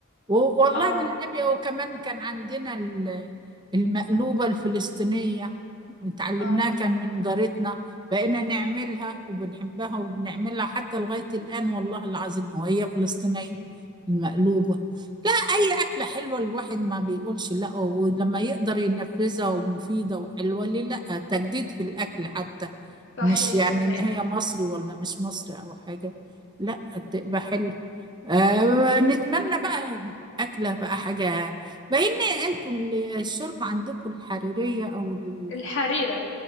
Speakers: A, on the right; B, on the left.
A: و- والله
B: اه
A: من ليبيا وكمان كان عندنا ال- المقلوبة الفلسطينية اتعلمناها
B: اه
A: كان من جارتنا بقينا نعملها وبنحبها وبنعملها حتى لغاية الآن والله العظيم هو هي فلسطينية المقلوبة لا أي أكلة حلوة الواحد ما بيقولش لا ولما يقدر ينفذها ومفيدة وحلوة ليه لا تجديد في الأكل حتى
B: صحيح
A: مش يعني
B: صحيح
A: إن هي مصري ولا مش مصري أو حاجة لا تبقى حلوة آه، نتمنى بقى أكلة بقى حاجة بما إن أنتوا ال- الشوربة عندكم الحريرية أو ال-
B: الحريرة